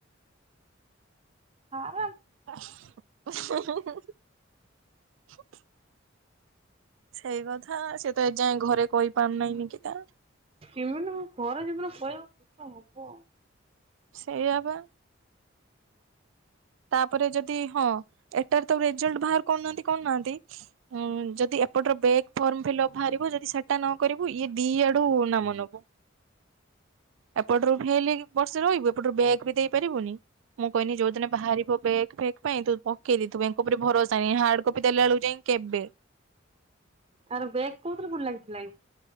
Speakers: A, on the right; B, on the right.
A: ହଁ।
B: <unintelligible> <unintelligible> ସେଇ କଥା ସେ ତ ଏ ଯାଏ ଘରେ କହିପାରୁ ନାହିଁ ନିକିତା।
A: ଏମିତି ଘରେ ଜୀବନ କହିବା କିଛ ହବ।
B: ସେଇଆପା। ତାପରେ ଯଦି ହଁ ଏଟାରେ ତ ରେଜଲ୍ଟ ବାହାର କରୁନାହାନ୍ତି କଣ ନାହାନ୍ତି ଉ ଯ। ଦି ଏପଟର ବ୍ୟାଗ ଫର୍ମ। ଫ ବାହାରିବ ଯଦି ସେଟା ନ କରିବୁ ଇଏ ଦି ଆଡୁ ନ ମ ନବୁ ଏପଟରୁ ଫେଲ ବର୍ଷେ ରହିବୁ ଏପଟରୁ ବ୍ୟାଗ୍ ବି ଦେଇପାରିବୁନି ମୁଁ କହନି ଯୋଉଦିନ। ବାହାରିବ ବ୍ୟାଗ୍ ଫେଗ ପାଇଁ ତୁ ପକେଇଦି ତୁ ବ୍ୟାଙ୍କ ଉପରେ ଭରସା ନହି ହାର୍ଡ କପି ଦେଲା ବେଳକୁ ଯାଇ କେବେ।
A: ଆର ବେକ୍ କୋଉଥିରେ ଫୁଣି ଲାଗିଥିଲା କି?